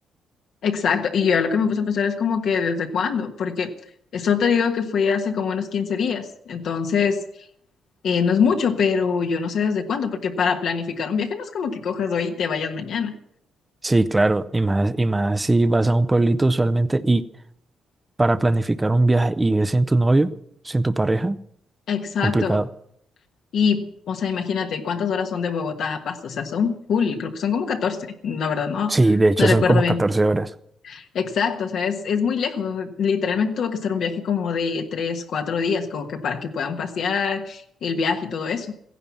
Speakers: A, on the left; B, on the right.
A: Exacto. Y yo lo que me puse a pensar es como que desde cuándo, porque eso te digo que fue hace como unos 15 días. Entonces... Eh, no es mucho, pero yo no sé desde cuándo, porque para planificar un viaje no es como que coges hoy y te vayas mañana.
B: Sí, claro, y más, y más si vas a un pueblito usualmente y para planificar un viaje y es sin tu novio, sin tu pareja,
A: Exacto.
B: complicado.
A: Y, o sea, imagínate cuántas horas son de Bogotá a Pasto. O sea, son full, creo que son como catorce La verdad, no,
B: Sí, de hecho
A: no recuerdo
B: son como
A: bien.
B: 14 horas.
A: Exacto, o sea, es, es muy lejos. o sea, literalmente tuve que hacer un viaje como de 3 4 días, como que para que puedan pasear el viaje y todo eso.